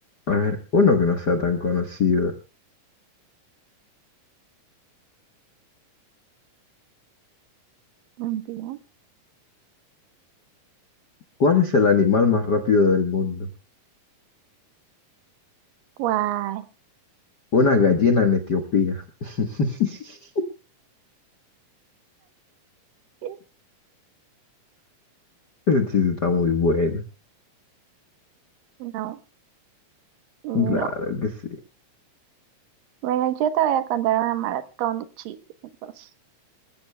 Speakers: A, on the left; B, on the right.
A: a ver, uno que no sea tan conocido.
B: Bien.
A: ¿Cuál es el animal más rápido del mundo?
B: ¿Cuál?
A: Una gallina en Etiopía. <laughs> Ese
B: Ok,
A: chiste está muy bueno.
B: No, no.
A: Claro que sí.
B: Bueno, yo te voy a contar una maratón de chistes, entonces.